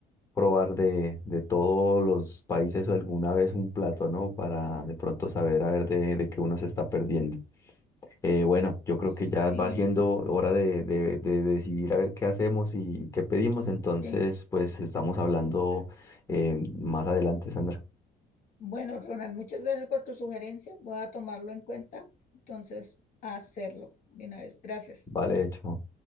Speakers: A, on the left; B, on the left.
A: probar de, de todos los países o alguna vez un plato, ¿no? Para de pronto saber a ver de, de qué uno se está perdiendo. Eh, bueno, yo creo
B: Sí,
A: que ya va siendo hora de, de, de decidir a ver qué hacemos y qué pedimos. Entonces,
B: sí.
A: pues estamos hablando eh, más adelante, Sandra.
B: Bueno, Ronald, muchas gracias por tu sugerencia. Voy a tomarlo en cuenta. Entonces, a hacerlo. Bien, a ver, gracias.
A: Vale, hecho.